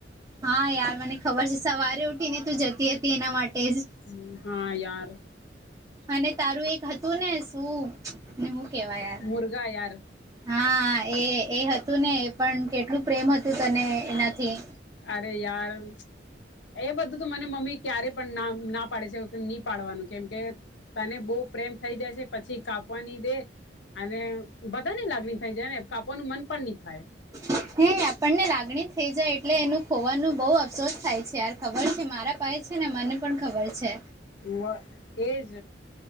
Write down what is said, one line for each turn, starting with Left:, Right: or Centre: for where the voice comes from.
Right: હા યાર મને ખબર છે સવારે ઉઠી ને તું જતી હતી એના માટે જ
Left: હ હા યાર
Right: અને તારું એક હતું ને શું ને હું કેવાય યાર
Left: મુર્ગા યાર
Right: હા એ એ હતું ને એ પણ કેટલું પ્રેમ હતું તને એનાથી
Left: ય બધું તો મને મમ્મી ક્યારે પણ ના પાડે છે નહી પાડવાનું કે કેમ કે તને બહુ પ્રેમ થઈ જાય છે પછી કાપવાની દે અને બધાની લાગણી થાય જાય ને કાપવાનું મન પણ નહી થાય
Right: <inaudible> હે આપણને લાગણી થઈ જાય એટલે એનું ખોવાનું બહુ અફસોસ થાય છે યાર ખબર છે મારા પાસે છે ને મને પણ ખબર છે
Left: હ એજ